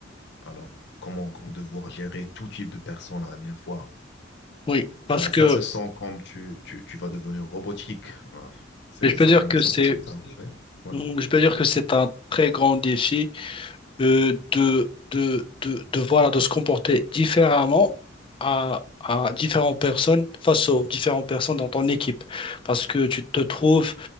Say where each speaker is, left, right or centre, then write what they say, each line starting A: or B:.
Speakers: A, on the left; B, on the left.
A: Alors, comment, comment devoir gérer tout type de personnes à la même fois?
B: oui,
A: Ça,
B: parce que
A: ça se sent comme tu, tu, tu vas devenir robotique. Voilà. C'est
B: je peux
A: ça
B: dire
A: donne
B: que
A: la sensation.
B: c'est,
A: ça. Ouais.
B: je peux dire que c'est un très grand défi euh, de, de, de, de, voilà, de se comporter différemment à, à différentes personnes, face aux différentes personnes dans ton équipe. Parce que tu te trouves